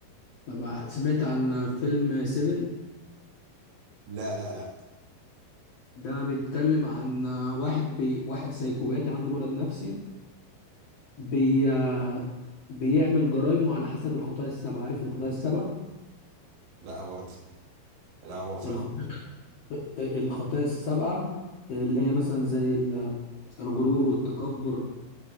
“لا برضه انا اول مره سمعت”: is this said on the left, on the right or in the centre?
Right